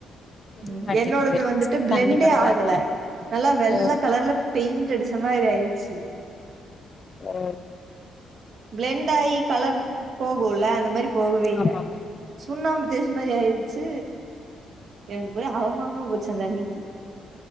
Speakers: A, on the left; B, on the right.
A: தெரிய
B: ம்
A: மாட்டேங்குது
B: என்னோடது வந்துட்டு பிளெண்டே
A: தண்ணி மாரிதா
B: ஆகல
A: இருக்கு
B: நல்லா வெள்ள
A: ஓ
B: கலர்ல பெயிண்ட் அடிச்ச மாரி ஆயிடுச்சு
A: ஆ
B: பிளெண்ட் ஆயி கலர் போகும்ல அந்த மாரி போகவே இல்ல
A: ஆமா ஆமா
B: சுண்ணாம்பு இந்த மாரி ஆயிடுச்சு எனக்கு ஒரே அவமானமா போச்சு அந்த அன்னி ச